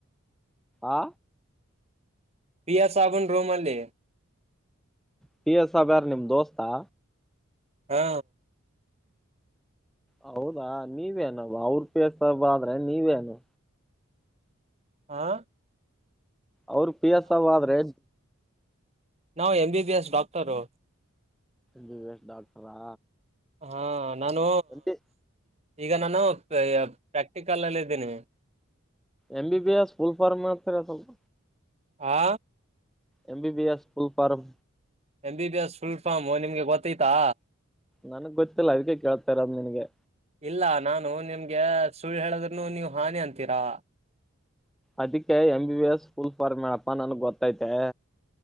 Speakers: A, in the centre; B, on the right.
A: ಆ.
B: ಪಿಯಾ ಸಬನ್ ರೋಮಾಲೇ.
A: ಪ ಎಸ್ ಬ್ಯಾರ್ ನಿಮ್ ದೋಸ್ತಾ
B: ಹಾ
A: ಹೌದಾ ನೀವೇನ ಅವ್ರ ಪೇಸ್ಬಾದ್ರೆ ನೀವೇನು.
B: ಆಾ
A: ಅವ್ರ ಪಿ ಎಸ್ ಆದ್ರೆ.
B: ನಾವು M B B S doctor.
A: ದ ವೇಶ್ ಡಾಕ್ಟರಾ.
B: ಹಾ. ನಾನು.
A: ಎಂ ಬಿ
B: ಈಗ ನಾನು ಪ್ರಾಕ್ಟಿಕಲ್ ಅಲ್ಲಿ ಇದ್ದೀನಿ.
A: M B S full form ಮಾಡ್ತೀರ ಸ್ವಲ್ಪ.
B: ಹಾ.
A: M B S full form.
B: M B B S full form ನಿಮ್ಗೆ ಗೊತ್ತೈತಾ.
A: ನನ್ಗ್ ಗೊತ್ತಿಲ್ಲ ಅದಕ್ಕೆ ಕೇಳ್ತಾರರಾಮ್ ನಿನ್ಗೆ.
B: ಇಲ್ಲ ನಾನು ನಿಮ್ಗೆ ಸುಳ್ ಹೇಳದ್ನು ನೀವು ಹಾನಿ ಅಂತೀರಾ.
A: ಅದಕ್ಕೆ M B B S full ಫಾರಪ್ಪಾ ನನ್ಗ್ ಗೊತ್ತೈತೆ.